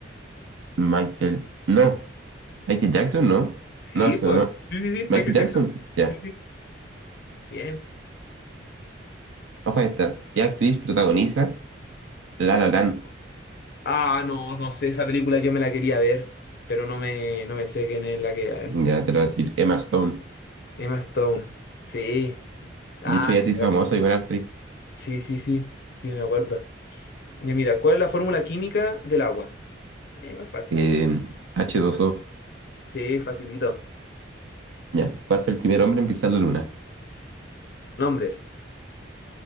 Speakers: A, on the right; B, on the left.
A: Michael. No. Michael Jackson, no.
B: Sí,
A: No, eso
B: pues.
A: no.
B: Sí, sí, sí,
A: Michael
B: Michael
A: Jackson.
B: Jackson.
A: Ya.
B: Sí, sí. Bien.
A: Ojo a esta. ¿Qué actriz protagoniza La La Land?
B: Ah, no, no sé, esa película yo me la quería ver, pero no me, no me sé quién es la que...
A: Ya te lo voy a decir. Emma Stone.
B: Emma Stone. Sí. Ah,
A: De hecho, ya
B: te
A: se
B: cacho.
A: hizo famosa igual actriz.
B: sí, sí, sí, sí, me acuerdo. Ya mira, ¿cuál es la fórmula química del agua? Eh, igual fácil.
A: Eh, h dos o
B: Sí, facilito.
A: Ya. ¿Cuál fue el primer hombre en pisar la luna?
B: Nombres.